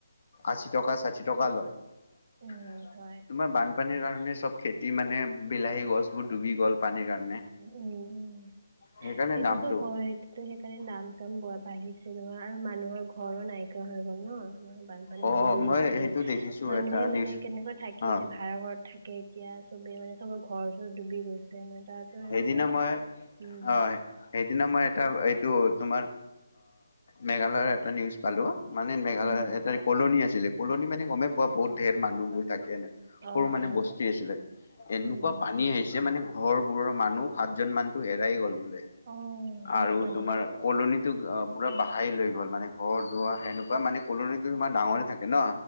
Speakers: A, on the left (about 50°); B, on the right (about 45°).
A: আশী টকা ষাশী টকা লয়।
B: উম
A: তোমাৰ
B: হয়
A: বান বানপানীৰ কাৰণে চব খেতি মানে বিলাহী গছবোৰ ডুবি গ'ল পানীৰ কাৰণে।
B: উম', উম'
A: সেইকাৰণে
B: সেইটোতো
A: দামটো
B: হয়। সেইটোতো সেইকাৰণে দাম চাম বৰ বাঢ়ি <unintelligible> আৰু মানুহৰ ঘৰো নাইকা হৈ গ'ল ন। তোমাৰ বানপানীত
A: অ
B: ডুবি
A: মই
B: গৈছে।
A: সেইটো দেখিছো
B: মানুহে
A: এটা
B: মানে
A: নিউজ
B: কেনেকুৱা থাকি
A: অ
B: আছে ভাড়া ঘৰত থাকে এতিয়া। চবে মানে, চবৰ ঘৰ-চৰ ডুবি গৈছে মানে তাতো
A: সেইদিনা
B: এনেকা
A: মই
B: উম।
A: হয় সেইদিনা মই এটা, এইটো তোমাৰ মেঘালয়ৰ এটা নিউজ পালোঁ। মানে মেঘালয়ত
B: উম
A: এটা কলনী আছিলে, কলনী মানে গমেই পোৱা বহুত ধেৰ মানুহবোৰ। থাকে ন, সৰু
B: অ
A: মানে
B: অ
A: বস্তী আছিলে। এনেকুৱা
B: উম
A: পানী আহিছে মানে ঘৰবোৰ মানুহ সাতজন মানতটো হেৰাই গ'ল বোলে
B: অ সেনেকুৱা
A: আৰু তোমাৰ
B: নেকি
A: কলনীত টো অহ, পুৰা বাহি লৈ গ'ল মানে ঘৰ-দোবাৰ সেনেকুৱা মানে কলনিটো ইমান ডাঙৰে থাকে ন।